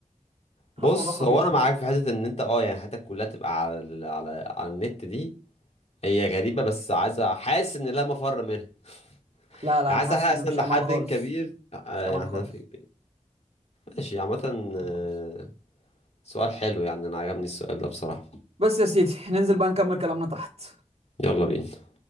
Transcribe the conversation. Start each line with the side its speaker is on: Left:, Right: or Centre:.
Right: حاسس
Left: بص
Right: الموضوع خطير
Left: هو
Right: شويه
Left: انا معاك في حته ان انت اه يعني حياتك كلها تبقى على ال- على على النت دي هي غريبه بس عايز حاسس ان لا مفر منها
Right: لا
Left: يعني
Right: لا انا
Left: عايز
Right: حاسس
Left: احنا
Right: ان
Left: اصلا
Right: مفيش
Left: لحد
Right: امان خالص
Left: كبير آه،
Right: مفيش امان
Left: يعني احنا
Right: خالص
Left: في ماشي عامه
Right: امان
Left: آه،
Right: خالص
Left: سؤال حلو يعني انا عجبني السؤال ده بصراحه
Right: بس يا سيدي ننزل بقى نكمل كلامنا تحت
Left: يلا بينا